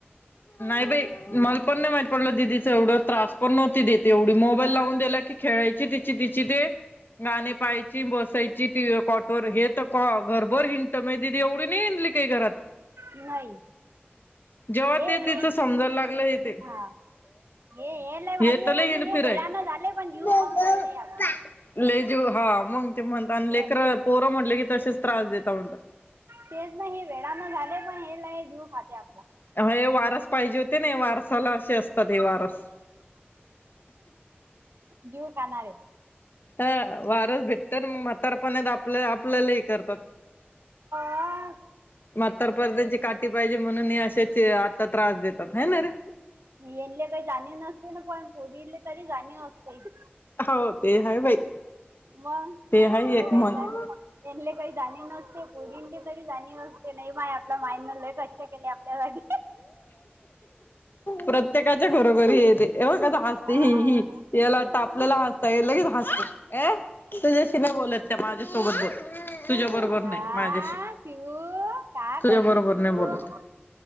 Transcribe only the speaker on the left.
नाही बाई मल पण नाही माहित पडलं दिदीचं एवढं त्रास पण नव्हती दित तेवढी मोबाईल लावून दिला की खेळायची तिची तिची ते गाणी पाहायची बसायची टीव्ही काॅटवर हे तर क घरभर हिंंङत माझी दिदी एवढी नाही हिंङली ते घरात
जेव्हा
ते
तिचं समजायला लागलं हे ते
हे तर
लय हिंडफिर
हाय
लै जिव हा मंग ते म्हणता आणि
लेकर पोरं म्हटले की तसेच त्रास देता म्हणत
हा हे वारस पाहिजे होते ना वारसाला असे असतात हे वारस
ह वारस भेटत मग म्हातारपण आपल्या आपल्यालाही करतात
मात्हार परद्यांची काठी पाहिजे म्हणून ही अशीच आता त्रास देतात हय ना रे
हो ते हाय बाई
ते
हाय एक म्हण.
प्रत्येकाच्या घरोघरी येते हे बग कस हसते
ही ही याला टापलेलहसतय लयचं हास्तय ए खितूझ्याशीनाय बोलत त्या माझ्यासोबत बोल तुझ्या
बरोबर नाही माझ्याशी
तुझ्या
बरोबर
नाही बोलत